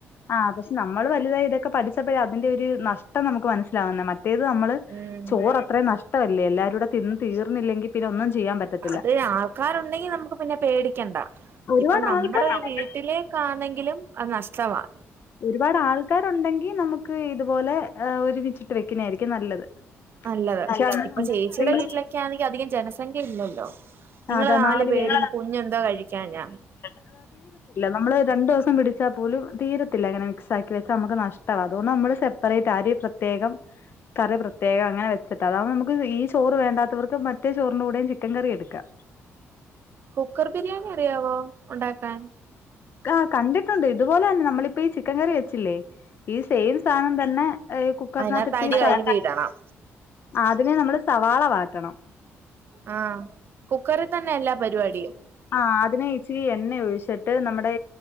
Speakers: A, on the left (about 50°); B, on the right (about 45°).
A: ആ പശെ നമ്മള് വലുതായി ഇതൊക്കെ പഠിച്ചപ്പഴാ അതിന്റെ ഒര് നഷ്ടം നമുക്ക് മനസ്സിലാവുന്നെ മറ്റേത് നമ്മള്
B: ഉം
A: ചോറത്രയും നഷ്ടവല്ലേ എല്ലാരൂടെ തിന്ന് തീർന്നില്ലെങ്കി പിന്നൊന്നും ചെയ്യാൻ പറ്റത്തി
B: അത് ആൾക്കാരുണ്ടെങ്കി നമുക്ക് പിന്നെ പേടിക്കണ്ട
A: ഒരുപാട്
B: ഇപ്പം നമ്മടെ
A: ആൾക്കാരുണ്ടെങ്കിൽ
B: ഒരു വീട്ടിലേക്കാന്നെങ്കിലും അത് നഷ്ടവാ
A: ഒരുപാട് ആൾക്കാരുണ്ടെങ്കി നമുക്ക് ഇതുപോലെ ഒരുമിച്ചിട്ട് വെക്കുന്നായിരിക്കും നല്ലത്
B: നല്ലത്
A: പക്ഷെ അങ്ങനെ
B: ഇപ്പൊ
A: ഉണ്ടാക്കാൻ
B: ചേച്ചീടെ
A: അറിയുന്നവരായിരിക്കണം
B: വീട്ടിലൊക്കാന്നെങ്കി അധികം ജനസംഖ്യല്ലല്ലോ നിങ്ങള്
A: അതാ
B: നാല് പേരും
A: പേര്
B: കുഞ്ഞെന്തോ കഴിക്കാനാ
A: <unintelligible> ഇല്ല നമ്മള് രണ്ടുസം പിടിച്ചാ പോലും തീരത്തില്ല ഇങ്ങനെ മിക്സാക്കി വെച്ചാ നമുക്ക് നഷ്ടവാ അതോണ്ട് നമ്മള് സെപ് പ്പറേറ്റ് അരി പ്രത്യേകം കറി പ്രത്യേകം അങ്ങനെ വെച്ചിട്ട് അതാവുമ്പോ നമുക്ക് ഈ ചോറ് വേണ്ടാത്തവർക്ക് മറ്റേ ചോറിന്റെ കൂടേം ചിക്കകറി എടുക്കാ
B: കുക്കർ ബിരിയാണി അറിയാവോ ഒണ്ടാക്കാൻ
A: കാ കണ്ടിട്ടുണ്ട് ഇതുപോലന്നെ നമ്മളിപ്പ ഈ ചിക്കങ്ങറി വെച്ചില്ലേ ഈ സെയിം സാനം തന്നെ ഈ കുക്കറിനാത്ത്ട്ടീ
B: അതിനകത്ത് അരി
A: സ
B: കഴുവിയിടണം
A: അതിന് നമ്മള് സവാള വാട്ടണം
B: ആ കുക്കറി തന്നെ എല്ലാ പരിപാടിയും
A: ആ അതിന് ഇച്ചിരി എണ്ണ ഒഴിച്ചിട്ട് നമ്മുടെ